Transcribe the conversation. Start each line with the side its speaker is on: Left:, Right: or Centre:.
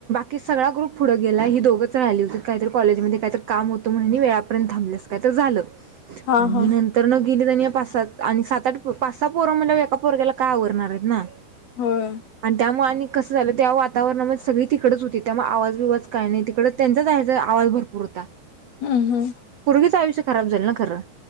Right: की सगळा ग्रुप पुढ गेला ह दोघच राहिली होती, काहीतरी कॉलेमध्ये काही तर काम होत म्हणून वेळा. आणि थाबलीस का तर झाल
Left: हा
Right: आणि
Left: हा
Right: नंतरन. गेली जा पाच सात आणि सात आठ पाच स पोरा म्हतळ्यावर एका पोरग्याला काय आवरणार आहेत ना.
Left: होय
Right: आणि त्यामुळे आणि कसं झालं, त्या वातावरणामध्ये सगळी तिकडच होती, त्यामुळे आवाज बिवाज काय नाही, तिकडच त्यांनी. आवाज भरपूर होता
Left: हम् हम
Right: पूर्गीच आयुष्य खराब झालंल ना खरं.